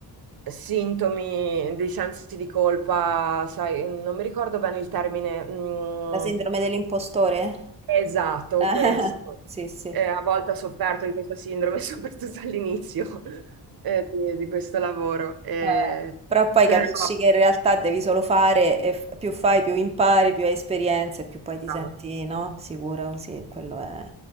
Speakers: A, on the right; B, on the right.
A: sintomi di sensi di colpa, sai, non mi ricordo bene il termine. mh,
B: La sindrome dell'impostore?
A: Esatto,
B: <laughs> Eh,
A: questo.
B: Sì, sì.
A: Eh, a volte ho sofferto di questa sindrome, <laughs> soprattutto all'inizio eh, di, di questo lavoro. Eh,
B: Eh, però poi
A: però,
B: capisci che in realtà devi solo fare, e f- più fai, più impari, più hai esperienze, più poi ti
A: no,
B: senti, no? Sicura, così, quello è...